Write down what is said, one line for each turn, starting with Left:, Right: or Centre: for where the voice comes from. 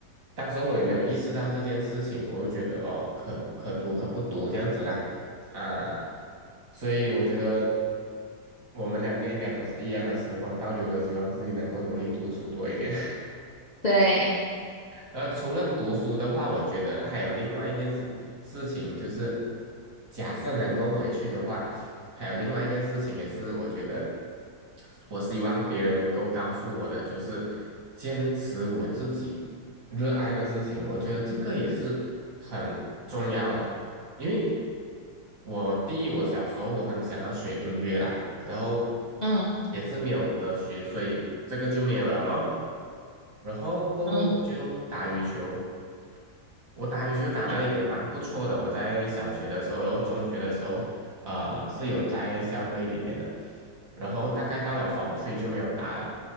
Right: 当时候我也没有意识到这件事情，我就觉得哦，可可读可不读这样子啦，啊，所以我觉得我们两个应该都是一样的时光倒流，都希望自己能够努力读书多一点。
Left: 对，
Right: 而除了读书的话，我觉得还有另外一件事事情，就是假设能够回去的话，还有另外一件事情也是我觉得我希望别人能够告诉我的，就是坚持我自己热爱的事情。我觉得这个也是很重要的，因为我第一，我小时候我很想要学音乐啦，然后
Left: 嗯
Right: 也是没有得学，所以这个就没有了咯。然后过后我就打羽球，
Left: 嗯
Right: 我打羽球打得也蛮不错的。
Left: 嗯
Right: 我在小学的时候，然后中学的时候，呃，是有在校队里面的。然后大概到了 f o 就没有打了。